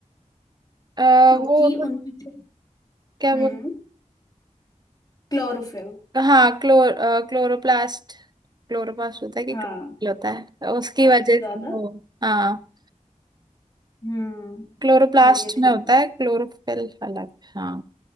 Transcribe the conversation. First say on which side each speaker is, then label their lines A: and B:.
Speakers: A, on the right; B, on the left.
A: आ,
B: क्योंकि
A: वो कुछ-
B: उनमें जो
A: क्या
B: हम्म
A: बोल
B: क्लोरोफिल
A: हाँ क्लोर क्लोरोप्लास्ट क्लोरोप्लास्ट होता है कि
B: हाँ
A: क्लोरोफिल होता है उसकी
B: सबसे
A: वजह
B: ज्यादा
A: से वो हाँ
B: हम्म
A: क्लोरोप्लास्ट
B: चलिए
A: में
B: ठीक
A: होता है क्लोरोफिल अलग हाँ